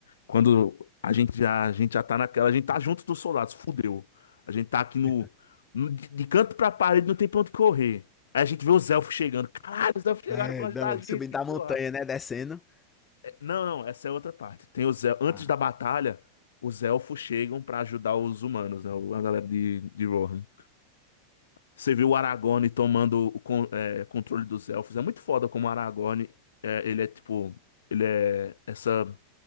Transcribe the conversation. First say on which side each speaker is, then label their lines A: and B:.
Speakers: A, on the left (about 65°); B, on the left (about 20°).
A: Quando a gente já, a gente já tá naquela, a gente tá junto dos soldados, fudeu. A gente tá aqui no,
B: <laughs>
A: no- de, de canto pra parede, não tem pra onde correr. Aí a gente vê os elfos chegando. Caralho, os elfos chegaram
B: É,
A: pra
B: não,
A: ajudar a gente,
B: subindo a montanha,
A: porra.
B: né? Descendo.
A: É, Não, não, essa é outra parte. Tem os elfos, antes
B: Ah,
A: da batalha, os elfos chegam pra ajudar os humanos, né? A galera de, de Rohan. Você viu o Aragorn tomando o con- é, controle dos elfos. É muito foda como o Aragorn, é, ele é tipo, ele é essa